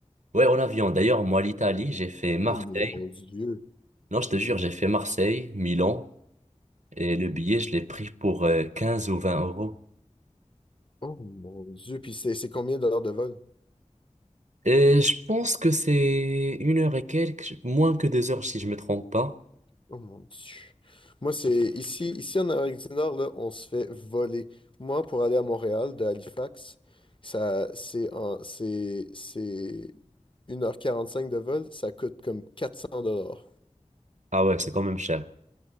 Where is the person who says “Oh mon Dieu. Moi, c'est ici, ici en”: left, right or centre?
Left